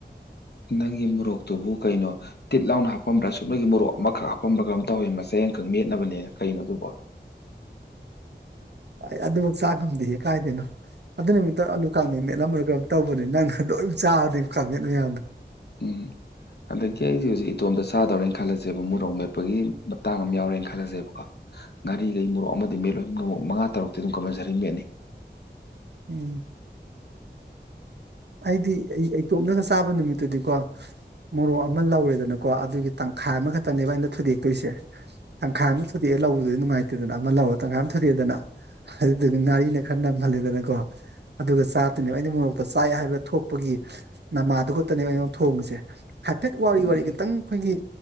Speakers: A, on the left; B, on the right.
A: ꯅꯪꯒꯤ ꯃꯣꯔꯣꯛꯇꯨꯕꯨ ꯀꯩꯅꯣ ꯇꯤꯠ ꯂꯥꯎꯅ ꯍꯥꯞꯝꯕ꯭ꯔ ꯁꯨꯞꯅꯒꯤ ꯃꯣꯔꯣ ꯛꯑꯃꯈꯛ ꯍꯥꯞꯄꯝꯕ꯭ꯔ ꯀꯩꯅꯣꯝ ꯇꯧꯋꯦꯃꯤ ꯃꯆꯩ ꯑꯃꯈꯛ ꯃꯦꯠꯅꯕꯅꯦꯅ ꯀꯩꯅꯣ ꯑꯗꯨꯕꯨ <inaudible>
B: ꯑꯩ ꯑꯗꯨꯕꯥꯎ ꯆꯥ ꯉꯝꯗꯦꯍꯦ ꯀꯥꯏꯗꯩꯅꯣ ꯑꯗꯨ ꯅꯨꯃꯤꯠꯇꯣ ꯑꯂꯨ ꯀꯥꯡꯃꯦꯟ ꯃꯦꯠꯂꯝꯕꯔ ꯀꯩꯅꯣꯝ ꯇꯧꯕꯅꯦ ꯅꯪꯅ ꯂꯣꯏꯝ ꯆꯥꯕꯅꯦꯕ ꯀꯥꯡꯃꯦꯠ ꯃꯌꯥꯝꯗꯣ
A: ꯎꯝ ꯑꯗꯒꯤ ꯑꯩꯖꯦ ꯍꯨꯖꯤꯛ ꯏꯇꯣꯝꯇ ꯆꯥꯗꯧꯔꯦ ꯈꯜꯂꯖꯦꯕꯕ ꯃꯣꯔꯣꯛ ꯃꯦꯠꯄꯒꯤ ꯃꯇꯥꯡ ꯑꯃ ꯌꯥꯎꯔꯦꯅ ꯈꯜꯂꯖꯦꯕꯀꯣ ꯉꯥꯔꯤꯒꯩ ꯃꯣꯔꯣꯛ ꯑꯃꯗꯤ ꯃꯦꯠꯂꯣꯏ ꯃꯣꯔꯣꯛ ꯃꯉꯥ ꯇꯔꯨꯛꯇꯤ ꯑꯗꯨꯝ ꯀꯝꯄꯜꯁꯔꯤ ꯃꯦꯠꯅꯤ
B: <inaudible> ꯑꯩꯗꯤ ꯑꯩ ꯏꯇꯣꯝꯗꯒ ꯆꯥꯕ ꯅꯨꯃꯤꯠꯇꯨꯗꯤꯀꯣ ꯃꯣꯔꯣꯛ ꯑꯃ ꯂꯧꯔꯦꯗꯅꯀꯣ ꯑꯗꯨꯒꯤ ꯇꯪꯈꯥꯏ ꯑꯃꯈꯛꯇꯅꯦꯕ ꯑꯩꯅ ꯊꯨꯗꯦꯛꯇꯣꯏꯁꯦ ꯇꯪꯈꯥꯏ ꯑꯃ ꯊꯨꯗꯦꯛꯑꯦ ꯂꯧꯕꯗꯨꯗꯤ ꯅꯨꯡꯉꯥꯏꯇꯦꯗꯅ ꯑꯃ ꯂꯧꯔꯒ ꯇꯪꯈꯥꯏ ꯑꯃ ꯊꯨꯗꯦꯛꯑꯦꯗꯅ ꯑꯗꯨꯗꯨꯒ ꯉꯥꯔꯤꯅ ꯈꯔ ꯅꯝꯍꯜꯂꯦꯗꯅꯀꯣ ꯑꯗꯨꯒ ꯆꯥꯗꯨꯅꯦꯕ ꯑꯩꯗꯤ ꯃꯣꯔꯣꯛꯇꯣ ꯆꯥꯏ ꯍꯥꯏꯕ ꯊꯣꯛꯄꯒꯤ ꯅꯃꯥꯗꯨ ꯈꯛꯇꯅꯦꯕ ꯑꯩꯉꯣꯟꯗ ꯊꯣꯡꯉꯤꯖꯦꯜ ꯍꯥꯏꯐꯦꯠ ꯋꯥꯎꯔꯤ
A: ꯎꯝ
B: ꯋꯥꯥꯎꯔꯤ ꯈꯤꯇꯪ ꯈꯣꯏꯒꯤ